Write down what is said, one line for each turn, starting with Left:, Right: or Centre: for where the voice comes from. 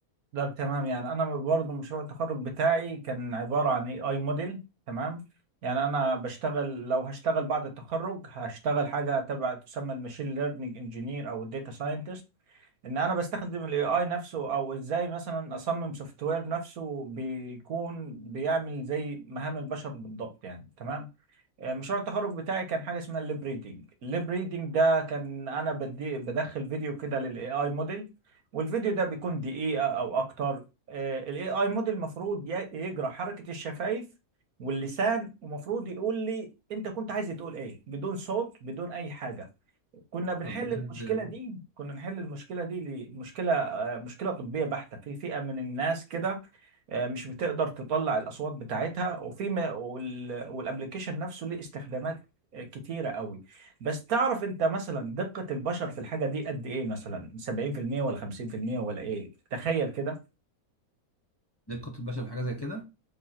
Right: ده تمام يعني أنا برضو مشروع التخرج بتاعي كان عبارة عن اي اي موديل تمام يعني أنا بشتغل لو هشتغل بعد التخرج هشتغل حاجة تبع تسمى الماشين ليرنينج انجينير أو الداتا ساينتست ان انا بستخدم الاي اي نفسه او ازاي مثلا اصمم سوفت وير نفسه بيكون بيعمل زي مهام البشر بالضبط يعني تمام آه، مشروع التخرج بتاعي كان حاجه اسمها الليب ريدنج الليب ريدنج ده كان انا بدي بدخل فيديو كده للاي اي موديل والفيديو ده بيكون دقيقه او اكتر الاي اي موديل المفروض يجرى حركه الشفايف واللسان ومفروض يقول لي انت كنت عايز تقول ايه بدون صوت بدون اي حاجه كنا بنحل
Left: طب بجد
Right: المشكله دي كنا نحل المشكله دي ليه؟ مشكله آه، مشكله طبيه بحته في فئه من الناس كده آه، مش بتقدر تطلع الاصوات بتاعتها وفي ما- وال- والابليكيشن نفسه ليه استخدامات آه، كتيره قوي بس تعرف انت مثلا دقه البشر في الحاجه دي قد ايه مثلا 70% ولا 50% ولا ايه تخيل كده
Left: زي القطب البشري في حاجه زي كده